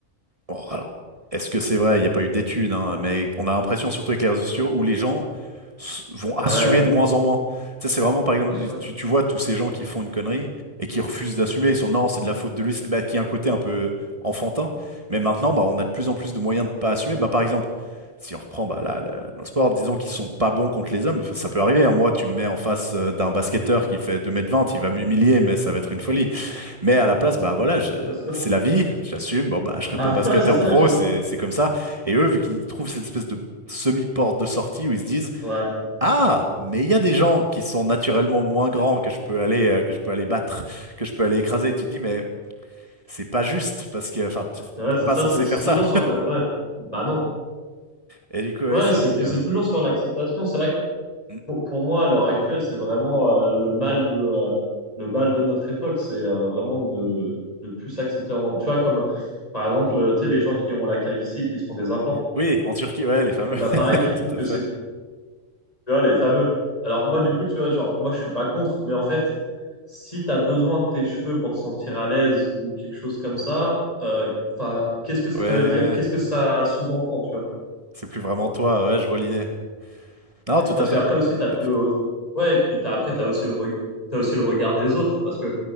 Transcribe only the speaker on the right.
Bon, alors, est-ce que c'est vrai? Il n'y a pas eu d'études, hein, mais on a l'impression, surtout avec les réseaux sociaux, où les gens s- vont
assumer de moins en moins. Tu sais, c'est vraiment,
par exemple,
tu, tu vois tous ces gens qui font une connerie et qui refusent d'assumer. Ils sont, non, c'est de la faute de lui, c'est- bah, qui a un côté un peu enfantin. Mais maintenant, bah, on a de plus en plus de moyens de pas assumer. Bah, par exemple, si on reprend bah, la- la- nos sports, disons qu'ils sont pas bons contre les hommes, ça peut arriver. hein. Moi, tu me mets en face euh, d'un basketteur qui fait deux mètres vingt, il va m'humilier, mais ça va être une folie. Mais à la place, bah voilà, je- euh,
c'est la vie, j'assume. Bon bah je serai
pas
basketteur
pro,
c'est c'est comme ça. Et eux, vu qu'ils trouvent cette espèce de semi-porte de sortie où ils se disent,
ah, mais il y a des gens qui sont naturellement moins grands que je peux aller euh, que je peux aller battre, que je peux aller écraser. Et tu te dis, mais c'est pas juste parce que enfin tu-
t'es
pas
censé
faire
ça.
Et du coup, ouais,
c'est
vrai que
euh,
mm.
oui, en Turquie, ouais, les fameux,
<laughs>
tout à
fait.
Ouais, ouais. ouais.
c'est plus vraiment toi. Ouais, je vois l'idée. Non, tout
à fait,
tout
à fait.